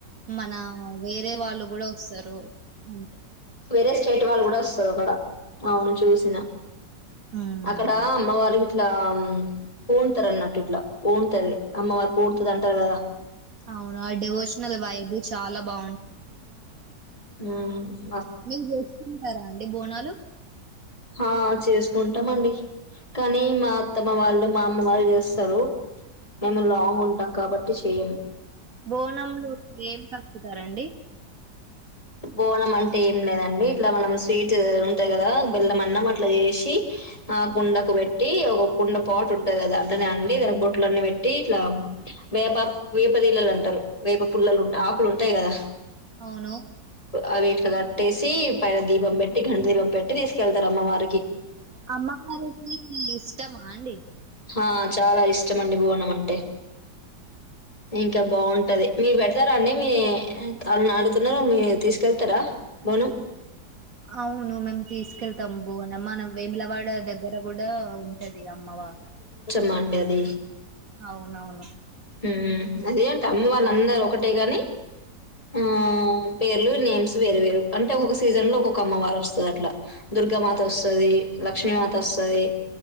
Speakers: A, on the right; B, on the left.
A: మన వేరే వాళ్ళు కూడా వస్తారు అ
B: వేరే స్టేట్ వాళ్ళు కూడా వస్తరు అక్కడ అవును చూసిన
A: ఉమ్.
B: అక్కడ అమ్మవారి ట్లా పూన్తారు అన్నట్లు ఇట్ల పూన్తది అమ్మ వారికి పూన్తది అంటారు కదా
A: అవును అవి డివోషనల్ వైబ్ అది చాలా బాగుంటా
B: ఉ
A: మీ <unintelligible> అండి బోనాలు
B: ఆ చేసుకుంటాం అండి, కానీ మా అత్తమ్మ వాళ్ళు మా అమ్మ వాళ్ళు చేస్తారు, మేము లాంగ్ ఉంటాం కాబట్టి చేయము.
A: బోనలు ఏం కలుపుతారండి
B: బోనం అంటే ఏం లేదండి, ఇట్లా మనం స్వీట్ ఉంటాయి కదా బెల్లం అన్నం అట్లా చేసి, ఆ కుండకు పెట్టి ఒక కుండ పాట్ ఉంటది కదా, అంటనే అండి దానికి బొట్లు అన్ని పెట్టి ఇట్లా వేప వేపదీల్లలు అంటారు, వేప పుల్లలుంటా ఆకులు ఉంటాయి కదా
A: అవును
B: ఆ వీట్లా కట్టేసి పైన దీపం పెట్టి గంట దీపం పెట్టి తీసుకెళ్తారు అమ్మ వారికి
A: అమ్మవారికి ఇలిష్టమా అండి
B: హా చాలా ఇష్టం అండి బోనం అంటే ఇంకా బాగుంటది మీరు పెడతారా అండి మీ వాళని ఆడుతు ఒ మీరు తీసుకెళ్తారా బోనం
A: అవును మేమ్ తీస్కెల్తం బొనం మన వేములవాడ దగ్గర గూడా అవును సది అమ్మవారు
B: మండది
A: అవునవును
B: ఉం అదే అమ్మ వాళ్ళు అందరూ ఒకటే గాని ఆ పేర్లు నేమ్స్ వేరు వేరు అంటే ఒొక్క సీజన్ లో ఒొక్క అమ్మవారు వస్తుంది అట్లా దుర్గామాత వస్తుంది లక్ష్మీమాత వస్తుంది